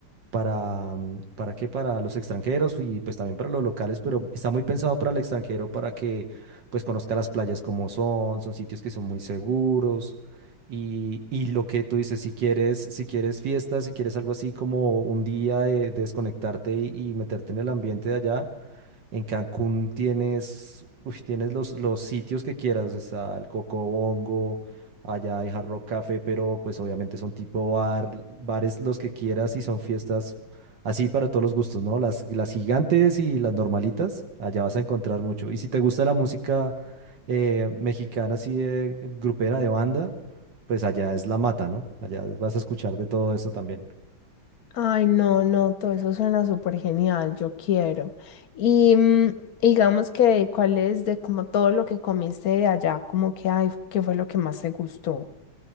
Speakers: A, on the right; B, on the left.
A: para, mm, ¿para qué? Para los extranjeros y pues también para los locales, pero está muy pensado para el extranjero para que pues conozca las playas como son, son sitios que son muy seguros. Y, y lo que tú dices, si quieres, si quieres fiestas, si quieres algo así como un día de, de desconectarte y, y meterte en el ambiente de allá, en Cancún tienes, uy, tienes los, los sitios que quieras. Está el Cocobongo, allá hay Hard Rock Café, pero pues obviamente son tipo bar, bares los que quieras y son fiestas así para todos los gustos, ¿no? Las, las gigantes y las normalitas, allá vas a encontrar mucho. Y si te gusta la música eh, mexicana, así de grupera, de banda, pues allá es la mata, ¿no? Allá vas a escuchar de todo eso también.
B: Ay, no, no, todo eso suena súper genial, yo quiero. Y mm, digamos que, ¿cuál es de como todo lo que comiste de allá? Como que, ay, ¿qué fue lo que más te gustó?